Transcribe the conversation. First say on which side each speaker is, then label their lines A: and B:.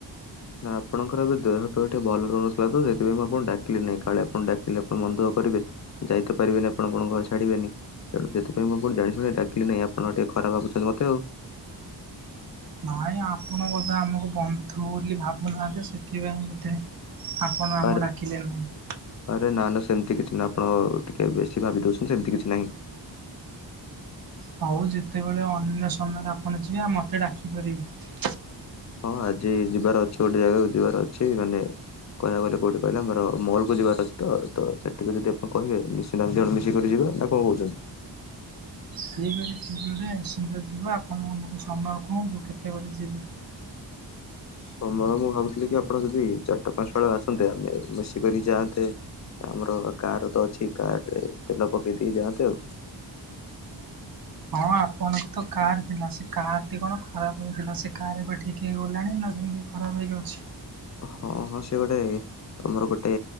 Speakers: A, on the left; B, on the right.
A: ନା ଆପଣଙ୍କର ଏବେ ଦେହ ଫେହ ଟିକେ ଭଲ ତ ଆପଣଙ୍କର ଏବେ ଦେହ ଟିକେ ଭଲ ରହୁନଥିଲା ତ ସେଥିପାଇଁ ମୁଁ ଆପଣଂକୁ ଡାକିଲି ନାଇଁ କାଳେ ଆପଣ ଡାକିଲେ ଆପଣ ମନଦୁଃଖ କରିବେ। ଯାଇ ତ ପାରିବେନି ଆପଣ ଆପଣଙ୍କ ଘରେ ଛାଡିବେନି। ତେଣୁ ସେଥିପାଇଁମୁଁ ଆପଣଙ୍କୁ ଜାଣିଶୁଣି ଡାକିଲିନି ଆପଣ ଟିକେ ଖରାପ ଭାବୁଛନ୍ତି ମୋତେ ଆଉ।
B: ନାଇଁ ଆପଣ ବୋଧେ ଆମକୁ ବନ୍ଧୁ ବୋଲି ଭାବୁନାହାଁନ୍ତି ସେଥିପାଇଁ ବୋଧେ ଆପଣ ଆମକୁ
A: ଆରେ
B: ଡାକିଲେ ନାହିଁ।
A: ଆରେ ନା ନା ସେମିତି କିଛି ନାଇଁ ଆପଣ ଟିକେ ବେଶୀ ଭାବି ଦଉଛନ୍ତି ସେମିତି କିଛି ନାହିଁ।
B: ହଉ ଯେତେବେଳେ ଅନ୍ୟ ସମୟରେ ଆପଣ ଯିବେ ମତେ ଡାକିପାରିବେ।
A: ହଁ ଆଜି ଯିବାର ଅଛି ଗୋଟେ ଜାଗାକୁ ଯିବାର ଅଛି ମାନେ କହିବାକୁ ଗଲେ କୋଉଠି କହିଲେ ଆମର ମହୁଲିକୁ ଯିବାର ଅଛି ତ ସେଠିକି ଯଦି ଆପଣ କହିବେ ନିଶ୍ଚ ଆମେ ଦି ଜଣ ମିଶିକରି ଯିବା ନା କଣ କହୁଛନ୍ତି?
B: ଠିକ୍ ଅଛି ଠିକ୍ ଅଛି ନିଶ୍ଚିନ୍ତର ଯିବା। ଆପଣଙ୍କୁ ଆମକୁ ସମୟ କୁହନ୍ତୁ କେତେବେଳେ ଯିବି?
A: ସମୟ ମୁଁ ଭାବୁଥିଲି କି ଆପଣ ଯଦି ଚାରଟା ପାଞ୍ଚଟା ବେଳୁ ଆସନ୍ତେ ଆମେ ମିଶିକରି ଯଆନ୍ତେ। ଆମର କାରତ ଅଛି କାରରେ ତେଲ ପକେଇ ଦେଇ ଯାଆନ୍ତେ ଆଉ।
B: ହଁ ଆପଣଙ୍କ ତ କାର୍ ଥିଲା ସେ କାରଟି କଣ ଖରାପ ହେଇଥିଲା ସେ କାର୍ ଏବେ ଠିକ୍ ହେଇଗଲାଣି ନା ହେଇନି? ଖରାପ ହେଇକି ଅଛି।
A: ହଁ ହଁ ସିଏ ଗୋଟେ ଆମର ଗୋଟେ